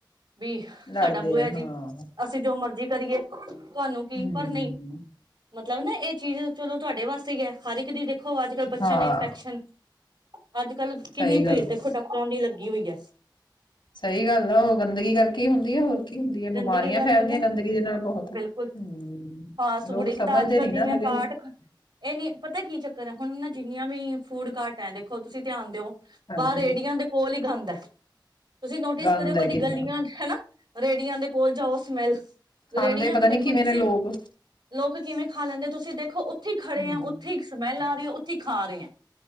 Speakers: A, on the right; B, on the left.
A: ਵੀ
B: ਲੜਦੇ
A: ਸਾਡਾ ਬੂਆ
B: ਆ ਹਾਂ
A: ਜੀ ਅਸੀਂ ਜੋ ਮਰਜ਼ੀ ਕਰੀਏ ਤੁਹਾਨੂੰ ਕੀ
B: ਹੂੰ,
A: ਪਰ ਨਹੀਂ ਮਤਲਬ ਨਾ ਇਹ ਚੀਜ਼ ਚਲੋ ਤੁਹਾਡੇ ਵਾਸਤੇ ਈ ਐ। ਹਰ ਇੱਕ ਦੀ ਦੇ ਦੇਖੋ ਅੱਜ ਕੱਲ੍ਹ ਬੱਚਿਆਂ
B: ਹਾਂ
A: ਨੂੰ ਇਨਫੈਕਸ਼ਨ ਅੱਜ ਕੱਲ ਕਿੰਨੀ
B: ਸਹੀ ਗੱਲ
A: ਭੀੜ ਦੇਖੋ
B: ਆ।
A: ਡਾਕਟਰਾਂ ਦੀ ਲੱਗੀ। ਕੀ ਹੋ ਗਿਆ ਸੀ?
B: ਸਹੀ ਗੱਲ ਆ। ਉਹ ਗੰਦਗੀ ਕਰਕੇ ਹੀ ਹੁੰਦੀ ਆ, ਹੋਰ ਕੀ। ਹੁੰਦੀ ਆ
A: ਗੰਦਗੀ
B: ਬਿਮਾਰੀਆਂ
A: ਕਰ
B: ਫੈਲਦੀਆਂ
A: ਕੀ ਹੈ
B: ਗੰਦਗੀ ਦੇ ਨਾਲ ਬਹੁਤ ਹੂੰ,
A: ਬਿਲਕੁਲ ਫਾਸਟ
B: ਲੋਕ
A: ਫੂਡ ਇੱਕ
B: ਸਮਝਦੇ
A: ਤਾਂ ਅੱਜ- ਕੱਲ
B: ਨੀ
A: ਜਿੰਨੀਆਂ
B: ਨਾ ਹੈਗੇ
A: ਕਾਟ ਇਹ ਨੀ ਪਤਾ ਕੀ ਚੱਕਰ ਹੈ, ਹੁਣ ਜਿੰਨੀਆਂ ਵੀ ਫੂਡ ਘੱਟ ਐ, ਦੇਖੋ ਤੁਸੀਂ ਧਿਆਨ ਦਿਓ।
B: ਹਾਂਜੀ
A: ਬਾਹਰ ਰੇੜੀਆਂ ਦੇ ਕੋਲ ਹੀ ਗੰਦ ਐ। ਤੁਸੀਂ ਨੋਟਿਸ
B: ਗੰਦ
A: ਕਰਿਓ
B: ਹੈ
A: ਕਦੀ
B: ਕਿੰਨਾ
A: ਗਲੀਆਂ ਚ ਹਨਾ। ਰੇੜੀਆਂ ਦੇ ਕੋਲ ਜਾਔ ਸਮੈਲ,
B: ਖਾਂਦੇ
A: ਰੇੜੀਆਂ
B: ਪਤਾ
A: ਵੀ
B: ਨੀ
A: ਦੇਖੋ
B: ਕਿਵੇਂ
A: ਤੁਸੀ
B: ਨੇ ਲੋਕ
A: ਲੋਕ ਕਿਵੇਂ ਖਾ ਲੈਂਦੇ ਤੁਸੀ ਦੇਖੋ ਉੱਥੇ ਈ ਖੜੇ
B: ਹਮ
A: ਐਂ, ਉੱਥੇ ਈ ਸਮੈਲ ਆ ਰੀ ਏ, ਉੱਥੇ ਈ ਖਾ ਰਏ ਐਂ।